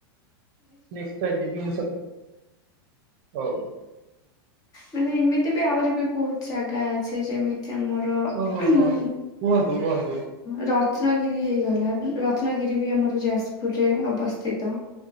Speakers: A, on the right; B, on the left.
A: ନିଶ୍ଚୟ ଯିବି ମୁଁ ସତ। ହୋଉ।
B: ମାନେ ଏମିତି ବି ଆହୁରି ବି ବହୁତ ଜାଗା ଅଛି। ଯେମିତି ଚି ଆମର ର
A: ଓ ହଁ
B: ଉଁ
A: ହଁ। କୁହନ୍ତୁ କୁହନ୍ତୁ
B: ର ରତ୍ନଗିରି ହେଇଗଲା ରତ୍ନଗିରି ବି ଆମର ଯାଜପୁରରେ ଅବସ୍ଥିତ।